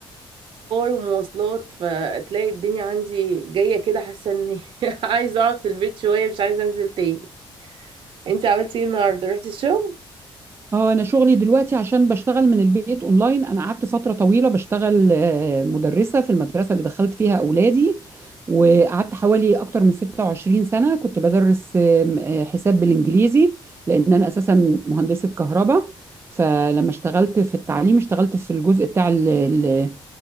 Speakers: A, on the right; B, on the right.
A: ومواصلات فتلاقي الدنيا عندي جايه كده حاسه اني <laughs> عايزه اقعد في البيت شويه مش عايزه انزل تاني انت عملتي ايه النهارده رحتي الشغل
B: اه انا شغلي دلوقتي عشان بشتغل من البيت اونلاين انا قعدت فتره طويله بشتغل آه، مدرسه في المدرسه اللي دخلت فيها اولادي وقعدت حوالي اكتر من 26 سنه كنت بدرس آم، آه، حساب بالانجليزي لان انا اساسا مهندسه كهرباء فلما اشتغلت في التعليم اشتغلت في الجزء بتاع ال ال